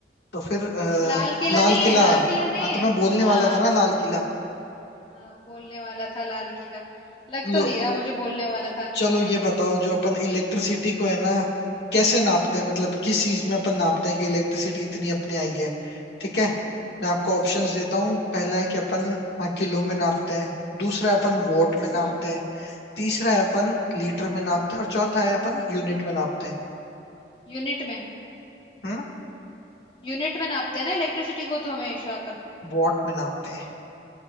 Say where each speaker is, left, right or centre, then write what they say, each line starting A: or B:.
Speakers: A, on the left; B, on the left.
A: तो फिर अ,
B: लाल किला
A: लाल
B: नहीं
A: किला
B: है लाल किला नहीं
A: हाँ
B: है
A: तो मैं बोलने
B: हाँ
A: वाला था ना लाल किला
B: हाँ बोलने वाला था लाल किला लग
A: लो,
B: तो नहीं रहा मुझे बोलने वाला था
A: चलो ये बताओ जो अपन इलेक्ट्रिसिटी को है ना कैसे नापते हैं मतलब किस चीज में अपन नापते हैं कि इलेक्ट्रिसिटी इतनी अपनी आई है ठीक है मैं आपको ऑप्शंस
B: हम्म
A: देता हूँ पहला है कि अपन हाँ किलो में नापते हैं दूसरा है अपन वॉट में नापते
B: हम्म
A: हैं तीसरा है अपन
B: हम्म
A: लीटर में नापते हैं और चौथा है अपन यूनिट में नापते हैं
B: यूनिट में
A: हम्म
B: यूनिट में नापते हैं ना इलेक्ट्रिसिटी को तो हमेशा अपन
A: वॉट में नापते हैं